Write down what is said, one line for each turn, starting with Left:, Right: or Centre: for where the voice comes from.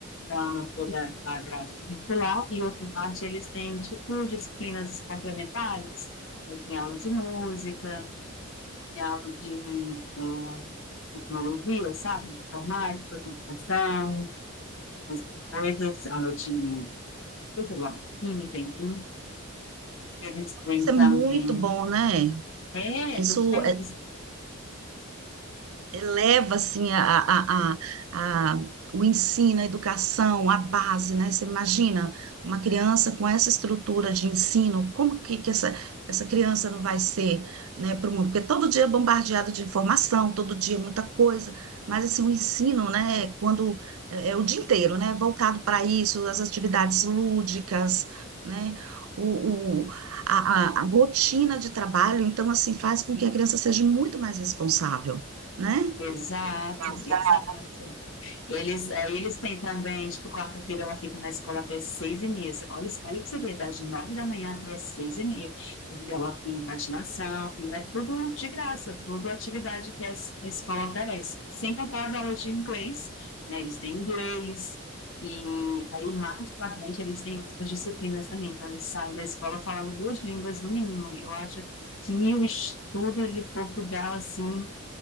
Left: para a matéria da grade curricular, e outra parte eles têm, tipo, disciplinas complementares. Aí Tem aula de música, tem aula de eh, tecnologia, sabe? Informática, computação, essas coisas, aula de, sei lá, química, enfim. Eles têm
Right: Isso
Left: também.
Right: é muito bom, né?
Left: É,
Right: Isso
Left: estou te falando.
Right: é eleva assim a, a, a, a- o ensino, a educação, a base, né? Você imagina uma criança com essa estrutura de ensino, como que, que essa, que essa criança não vai ser, né, para o mundo? Porque todo dia é bombardeado de informação, todo dia é muita coisa, mas assim, o ensino, né, é quando é, é o dia inteiro, né, voltado para isso, as atividades lúdicas, né? O, o, a, a a rotina de trabalho, então, assim, faz com que a criança seja muito mais responsável, né?
Left: Exato,
Right: Exato.
Left: exato. Eles, aí eles têm também, tipo, quarta-feira ela fica na escola até seis e meia. Você- Olha, isso- olha pra você ver, das nove da manhã até seis e meia. Porque ela tem patinação, e é tudo de graça, tudo atividade que a es- a escola oferece. Sem contar as aulas de inglês, né? Eles têm inglês, e aí mais pra frente eles têm outras disciplinas também. Então eles saem da escola falando duas línguas no mínimo. Eu acho que o estudo de Portugal, assim,